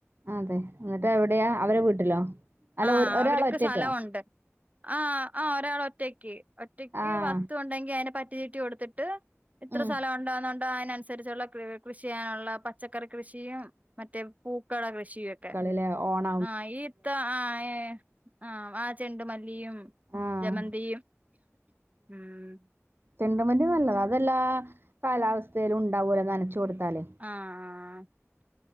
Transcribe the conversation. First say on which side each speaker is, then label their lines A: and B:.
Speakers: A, on the right; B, on the right.
A: അതെ എന്നിട്ട് എവിടെയാ അവരെ വീട്ടിലോ അല്ല
B: ആ
A: ഒ ഒരാള്
B: അവർക്ക്
A: ഒറ്റക്കോ
B: സ്ഥലമുണ്ട് ആഹ് ആഹ് ഒരാൾ ഒറ്റയ്ക്ക് ഒറ്റക്ക്
A: ആഹ്
B: വസ്തു ഉണ്ടെങ്കി അതിനെ പറ്റി ചീട്ട് കൊടുക്ക ത്തിട്ട് ഇത്ര
A: ഉം
B: സ്ഥലം ഉണ്ടോ ന്നുണ്ടേ ആ അയിനനുസരിച്ചുള്ള കൃഷി ചെയാനുള്ള പച്ചക്കറി കൃഷിയും മറ്റേ പൂക്കളെ കൃഷിയൊക്കെ
A: ഇണ്ട് ലേ ഓണം
B: ആഹ് ഈ ഇത്ത ആഹ് ഏഹ് ആഹ ആ ചെണ്ടുമല്ലിയും
A: ആഹ്
B: ജെമന്തിയും ഉം
A: ചെണ്ട്മല്ലി നല്ലതാ അതെല്ലാ കാലാവസ്ഥയിലും ഉണ്ടാവൂല്ലോ നനച്ച്‌ കൊടുത്താല്
B: ആഹ് ആഹ്